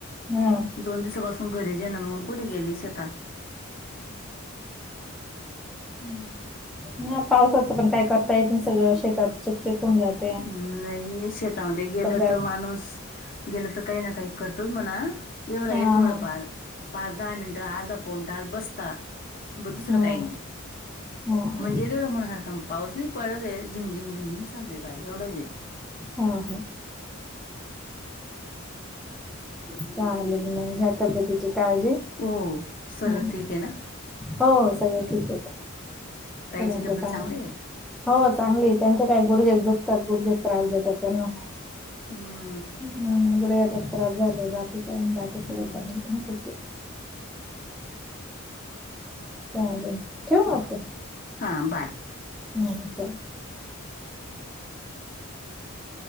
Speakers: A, in the centre; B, on the left.
A: हा
B: दोन दिवसापासून घरी जण मग कुठे गेलिस शेता. हम्म.
A: ह पावसाचं पण काही करता येत नाही सगळं शेतात चीक चिक होऊन जात.
B: हम् नाही शेतामध्ये गेलं
A: जा
B: त माणूस. गेलं तर काही ना काही करतच म्हणा एवढं आहे
A: हा
B: थोडंफार.
A: हा
B: पाच दहा मिनटं अर्धा पवून ता बसता. ब दुसर
A: हा
B: काय नेम
A: हा हा
B: म्हणजे तेवढं मणा हर कां पाऊस नाही पडत आहे झिमझिम झिमझिम चालू आहे बर एवढं जे.
A: ह -ह- चालेल मग घ्या तब्येतीची काळजी
B: हो सर्व
A: हं.
B: ठीक आहे ना?
A: हो सगळ ठीक आहेत,
B: ताईची
A: सगळ्यांच
B: तब्येत
A: चांगलं
B: चांगली
A: आहे. हो चांगली त्यांचे काय गुडघेच दुखतात गुडघेच त्रास देतात त्यांना
B: हम्म
A: हम् गुडघ्याचाच त्रास झालंय बाकी काय नाही, बाकी सगळं
B: हम्म.
A: चांगले चालेल, ठेव मग आता?
B: हां बाय.
A: हम्म.